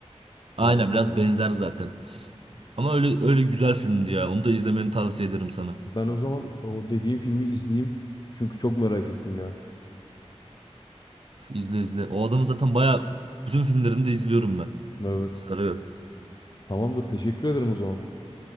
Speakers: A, on the left (about 40°); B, on the right (about 55°).
A: Harika.
B: Aynen biraz benzer zaten. Ama öyle öyle güzel filmdi ya. Onu da izlemeni tavsiye ederim sana.
A: Ben o zaman o dediğim filmi izleyeyim. Çünkü çok merak ettim ya.
B: İzle izle. O adamı zaten baya bütün filmlerini de izliyorum ben.
A: Evet.
B: Sarıyor.
A: Tamamdır. Teşekkür ederim o zaman.